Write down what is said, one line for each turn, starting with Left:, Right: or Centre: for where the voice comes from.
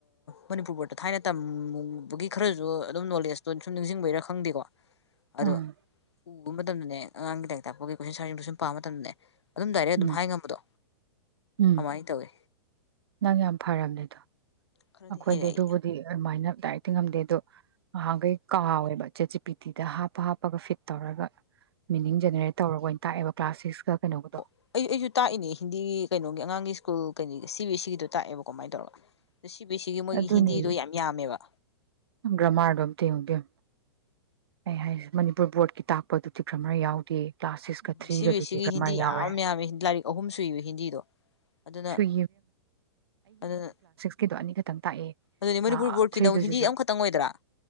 Left: ꯃꯅꯤꯄꯨꯔ ꯕꯣꯔꯠꯇ ꯊꯥꯏꯅ ꯇꯝꯝꯕꯒꯤ ꯈꯔꯁꯨ ꯑꯗꯨꯝ ꯅꯣꯂꯦꯖꯇꯣ ꯁꯨꯝ ꯅꯤꯡꯁꯤꯡꯕꯩꯔꯥ ꯈꯪꯗꯦꯀꯣ꯫ ꯑꯗꯣ
Right: ꯎꯝ
Left: ꯎꯕ ꯃꯇꯝꯗꯅꯦ ꯑꯉꯥꯡꯒꯤ ꯂꯥꯏꯛ ꯇꯥꯛꯄꯒꯤ ꯀꯣꯏꯁꯟ ꯑꯟꯁꯥꯔꯗ ꯁꯨꯝ ꯄꯥꯕ ꯃꯇꯝꯗꯅꯦ ꯑꯗꯨꯝ ꯗꯥꯏꯔꯦꯛ ꯑꯗꯨꯝ
Right: ꯎꯝ
Left: ꯍꯥꯏ ꯉꯝꯕꯗꯣ
Right: ꯎꯝ
Left: ꯑꯃꯥꯏꯅ ꯇꯧꯋꯤ꯫
Right: ꯅꯪ ꯌꯥꯝ ꯐꯔꯝꯅꯦꯗꯣ꯫
Left: ꯈꯔꯗꯤ
Right: ꯑꯩꯈꯣꯏꯗꯤ
Left: ꯍꯩꯔꯛꯏ
Right: ꯑꯗꯨꯕꯨꯗꯤ ꯑꯗꯨꯃꯥꯏꯅ ꯗꯥꯏꯔꯦꯛꯇꯤ ꯉꯝꯗꯦ ꯑꯗꯣ ꯉꯍꯥꯟꯈꯩ ꯀꯥꯎꯋꯦꯕ ꯆꯦꯠꯆꯤꯄꯤꯇꯤꯗ ꯍꯥꯞꯄ ꯍꯥꯞꯄꯒ ꯐꯤꯠ ꯇꯧꯔꯒ ꯃꯤꯅꯤꯡ ꯖꯦꯅꯦꯔꯦꯠ ꯇꯧꯔꯒ ꯑꯣꯏꯅ ꯇꯥꯛꯑꯦꯕ ꯀ꯭ꯂꯥꯁ ꯁꯤꯛꯁꯀ ꯀꯩꯅꯣꯒꯗꯣ
Left: ꯑꯣ ꯑꯩ ꯑꯩꯁꯨ ꯇꯥꯛꯏꯅꯤ ꯍꯤꯟꯗꯤꯒꯤ ꯀꯩꯅꯣꯒꯤ ꯑꯉꯥꯡꯒꯤ ꯀ ꯀꯅꯤ ꯉ ꯁꯤ ꯁꯤ ꯑꯗꯨꯣꯏ ꯇꯥꯛꯑꯦꯕ ꯀꯃꯥꯏꯅ ꯑꯗꯣ ꯁꯤ ꯕꯤ ꯁꯤꯒꯤ ꯃꯣꯏꯒꯤ
Right: ꯑꯗꯨꯅꯦ
Left: ꯍꯤꯟꯗꯤꯗꯣ ꯌꯥꯝ ꯌꯥꯝꯃꯦꯕ
Right: ꯒ꯭ꯔꯃꯥꯔꯗꯣ ꯑꯝꯇ ꯌ‌ꯦꯡꯉ‌ꯣ ꯏꯕ‌ꯦꯝ ꯍꯥꯏꯁꯦ ꯃꯅꯤꯄꯨꯔ ꯕꯣꯔꯗꯀꯤ ꯇꯥꯛꯄ ꯑꯗꯨꯗꯤ ꯒ꯭ꯔꯃꯥ꯭ꯔ ꯌꯥꯎꯗꯦ ꯀ꯭ꯂꯥꯁ ꯁꯤꯛꯁꯀ ꯊ꯭ꯔꯤꯒꯗꯨꯗꯤ
Left: ꯁꯤ ꯕꯤꯁꯤꯒꯤ
Right: ꯒ꯭ꯔꯃꯥꯔ
Left: ꯍꯤꯟꯗꯤ
Right: ꯌꯥꯎꯔꯦ
Left: ꯌꯥꯝ ꯌꯥꯝꯃꯦ ꯂꯥꯏꯔꯤꯛ ꯑꯍꯨꯝ ꯁꯨꯏꯕ ꯍꯤꯟꯗꯤꯗꯣ ꯑꯗꯨꯅ
Right: ꯁꯨꯏ
Left: ꯑꯗꯨꯅ
Right: ꯀꯤꯗꯣ ꯑꯅꯤꯈꯛꯇꯪ ꯇꯥꯛꯑꯦ
Left: ꯑꯗꯨꯅꯦ ꯃꯅꯤꯄꯨꯔ
Right: ꯑ
Left: ꯕꯣꯔꯠꯀꯤ
Right: ꯊ꯭ꯔꯤꯗꯨꯁꯤꯁꯨ
Left: ꯅ ꯍꯤꯟꯗꯤ ꯑꯃꯈꯛꯇꯪ ꯆꯪꯉꯣꯏꯗ꯭ꯔꯥ